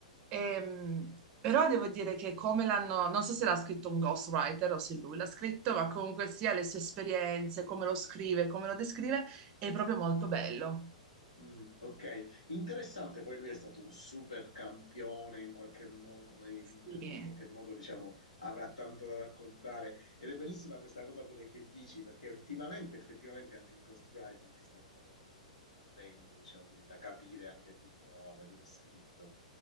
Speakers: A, on the right; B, on the left.
A: Ehm, però devo dire che come l'hanno, non so se l'ha scritto un ghostwriter o se lui l'ha scritto, ma comunque sia le sue esperienze, come lo scrive, come lo descrive, è proprio molto bello.
B: Mm, ok, interessante, poi lui è stato un super campione in qualche, mo- in-
A: Sì.
B: in qualche modo, diciamo, avrà tanto da raccontare ed è bellissima questa cosa pure che dici, perché ultimamente effettivamente anche il ghostwriting si sta un po' diffondendo, diciamo, quindi da capire anche chi può averlo scritto.